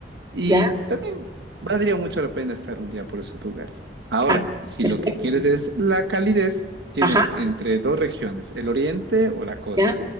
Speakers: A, on the right; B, on the right.
A: Y
B: ya.
A: también valdría mucho la pena estar un día por esos lugares. Ahora,
B: ah,
A: si
B: perfecto.
A: lo que quieres es la calidez, tienes
B: Ajá,
A: entre dos regiones, el oriente o la costa.
B: ya.